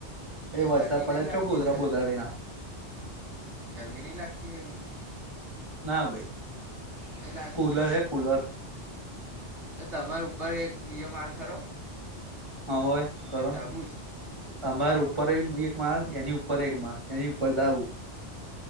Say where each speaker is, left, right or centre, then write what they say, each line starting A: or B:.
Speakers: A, on the right; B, on the right.
A: એ વરસાદ
B: ગરમી
A: પડે
B: નહીં લાગતી
A: ચો ગોધરા
B: હોય યાર
A: ગોધરા લ ના
B: ગરમી નહી લાગતી હોય રૂમમાં
A: ના ભાઈ
B: નહીં લાગે
A: કૂલર હૈ કૂલર
B: તો તમાર ઉપર એક બીજો માર્ગ ખરો
A: હા ભવે કરણ
B: કે ધાબુ જ
A: અમારે ઉપર એક માળ એની ઉપર એક માળ એની ઉપર ધાબૂ